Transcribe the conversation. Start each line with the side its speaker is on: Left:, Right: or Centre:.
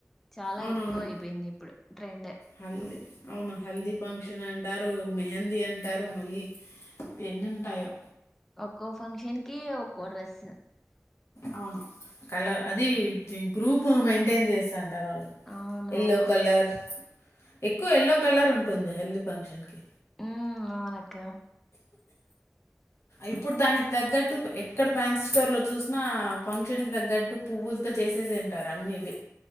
Centre: చాలా
Left: అవునవును
Centre: ఎక్కువ అయిపోయింది ఇప్పుడు ట్రెండ్
Left: హల్దీ అవును హల్ది పంక్ షన్ అంటారు మెహందీ అంటారు పట్టారు మళ్ళీ ఎన్ని ఉంటాయో
Centre: ఒక్కో ఫంక్షన్ కి ఒక్కో డ్రెస్
Left: అవును కలర్
Centre: హ్మ్.
Left: అది గ్రూప్ మం టైన్ చేశాను పర్వాలు
Centre: అవునవును
Left: ఎల్లో కలర్ ఎక్కువ ఎల్లో కలర్ ఉంటుంది హెల్ది ఫంక్షన్ కి
Centre: ఉ అవునక్క
Left: ఇప్పుడు దానికి తగ్గట్టు ఎక్కడ ఫ్యాన్సీ స్టోర్ లో చూసినా ఫంక్షన్ కి తగ్గట్టు పువ్వులతో చేసేసి తింటారు అన్నిది